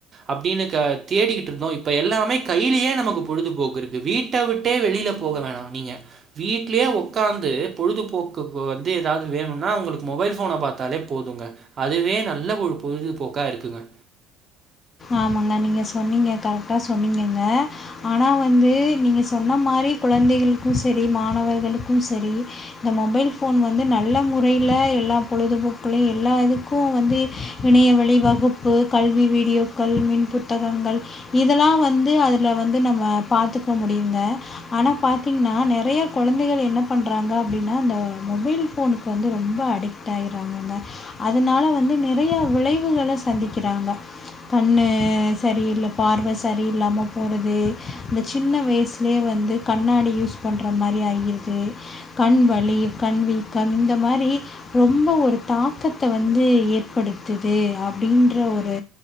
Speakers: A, on the right (about 40°); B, on the left (about 35°).
A: அப்டின்னு க தேடிக்கிட்டு இருந்தோம் இப்ப எல்லாமே கைலயே பொழுதுபோக்கு இருக்கு வீட்டு வீட்ட விட்டே வெளில போக வேணாம் நீங்க வீட்லயே ஒக்காந்து பொழுதுபோக்குக்கு வந்து ஏதாவது வேணும்னா அவங்களுக்கு மொபைல் ஃபோன பாத்தாலே போதுங்க அதுவே நல்ல ஒரு பொழுதுபோக்கா இருக்குங்க
B: ஆமாங்க நீங்க சொன்னீங்க கரெக்டா சொன்னிங்கங்க ஆனா வந்து நீங்க சொன்ன மாரி குழந்தைகளுக்கும் சரி மாணவர்களுக்கும் சரி இந்த மொபைல் போன் வந்து நல்ல முறைல எல்லா பொழுதுபோக்களையும் எல்லா இதுக்கும் வந்து இணையவழி வகுப்பு கல்வி வீடியோ கல் மின் புத்தகங்கள் இதெல்லா வந்து அதுல வந்து நம்ம பார்த்துக்க முடியுங்க ஆனா பாார்த்தீங்கன்னா நெறைய கொழந்தைகள் என்ன பண்றாங்க அப்டின்னா இந்த மொபைல் ஃபோனுக்கு வந்து ரொம்ப அடிக்க டைறாயிறாங்கங்க அதனால வந்து நெறைய விளைவுகள சந்திக்கறாங்க கண் சரியில்ல பார்வ சரியில்ல்லாம போறது அந்த சின்ன வயசு லயே வந்து கண்ணாடி யூஸ் பண்ற மாரி ஆகிடுது கண்வலி கண்வீக்கம் இந்த மாரி ரொம்ப ஒரு தாக்கத்த வந்து ஏற்படுத்துது அப்டின்ற ஒரு